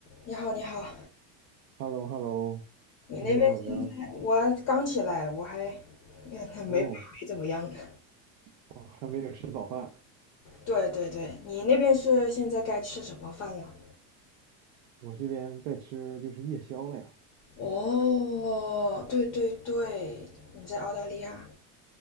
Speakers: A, on the left; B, on the right.
A: 你好，你好，
B: h e l l o h e l l o
A: 你那边现在我刚起来，
B: 今天怎么样？
A: 我还没没没怎么样呢。
B: 哦，好还没有吃早饭，
A: 对对对，你那边是现在该吃什么饭了？
B: 我这边在吃就是夜宵了呀。
A: 哦，对对对，你在澳大利亚，